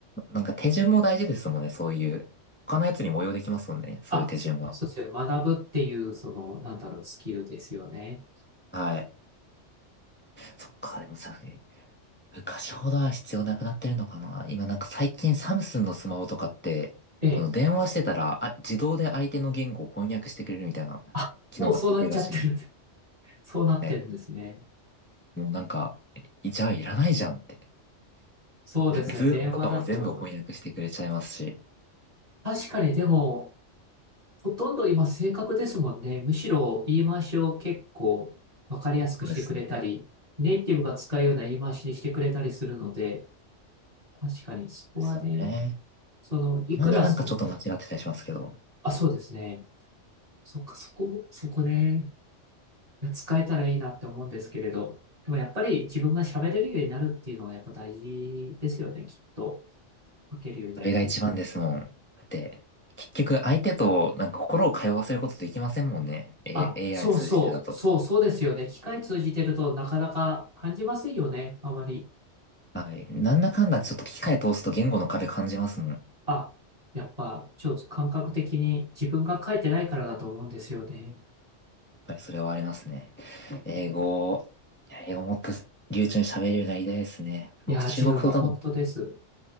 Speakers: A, on the left; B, on the right.
A: なんか手順も大事ですもんね、そういう。他のやつにも応用できますもんね、そういう手順は。
B: あ、そ、そうですよね。学ぶっていう、その、なんだろう、スキルですよね。
A: はい。そっか、でもさ、昔ほどは必要なくなってるのかな。今なんか最近サムスンのスマホとかって、
B: ええ。
A: この電話してたら、あ、自動で相手の言語を翻訳してくれるみたいな機能がついてるらしいね。
B: あ、もうそうなっちゃってる。<laughs> そうなってるんですね。
A: はい。もうなんか、いじゃあいらないじゃんって。
B: そうですね。
A: ズームとかも全部翻訳してくれちゃいますし。
B: 電話だと。確かにでも、ほとんど今正確ですもんね。むしろ言い回しを結構わかりやすくしてくれたり、
A: そうですね。
B: ネイティブが使うような言い回しにしてくれたりするので、確かにそこはね、
A: そうですよね。
B: その、
A: たまになんかちょっと間違ってたりしますけど、
B: いくらその、あ、そうですね。そっか、そこ、そこね。使えたらいいなって思うんですけれど、でもやっぱり自分が喋れるようになるっていうのはやっぱ大事ですよね、きっと。書けるようになるというか。
A: あれが一番ですもん。だって、結局相手となんか心を通わせることできませんもんね。A、
B: あ、
A: AI
B: そうそう、
A: 通じてだと。
B: そうそうですよね。機械通じてるとなかなか感じませんよね、あまり。
A: はい。なんだかんだちょっと機械通すと言語の壁感じますもん。やっ
B: あ、やっぱちょっと感覚的に自分が書いてないからだと思うんですよね。
A: ぱりそれはありますね。英語、いや英語もっと流暢に喋れるようになりたいですね。
B: いやー、
A: 僕中国語と、
B: 自分も本当です。